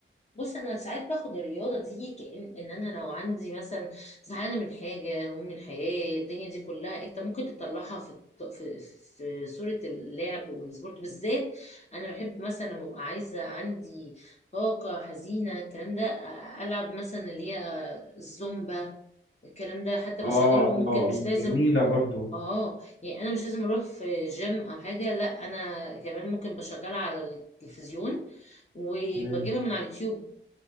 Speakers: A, on the left; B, on the left.
A: بص انا ساعات باخد الرياضه دي كأن ان انا لو عندي مثلا زعلانه من حاجه هموم من الحياه الدنيا دي كلها انت ممكن تطلعها في الط- في في صوره اللعب والسبورت بالذات انا بحب مثلا لما ابقى عايزه عندي طاقه حزينه الكلام ده العب مثلا اللي هي الزومبا الكلام ده حتى
B: اه
A: بشغله
B: اه
A: ممكن
B: آه،
A: مش لازم
B: جميلة برضو
A: اه يعني انا مش لازم اروح في جيم او حاجه لا انا كمان ممكن بشغلها على التلفزيون وبجيبها
B: مم.
A: من على اليوتيوب